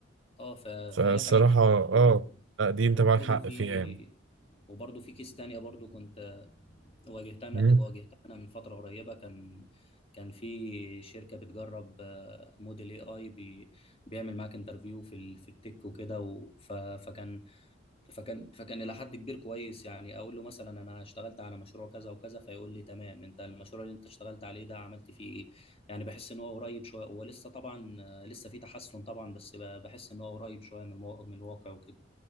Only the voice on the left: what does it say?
اه ف...
فهي حاجات زي
كده و...
وبرضه
في
وبرضه في كيس تانية برضه كنت واجهتها أنا-
واجهتها أنا من فترة قريبة كان كان في شركة بتجرب آه، موديل اي اي بي... بيعمل معاك انترفيو في ال... في التك وكده و... ف... فكان فكان فكان الى حد كبير كويس يعني اقول له مثلا انا اشتغلت على مشروع كذا وكذا فيقول لي تمام انت المشروع اللي انت اشتغلت عليه ده عملت فيه ايه يعني بحس ان هو قريب شويه هو لسه طبعا آه، لسه في تحسن طبعا بس ب- بحس ان هو قريب شويه من المو... من الواقع وكده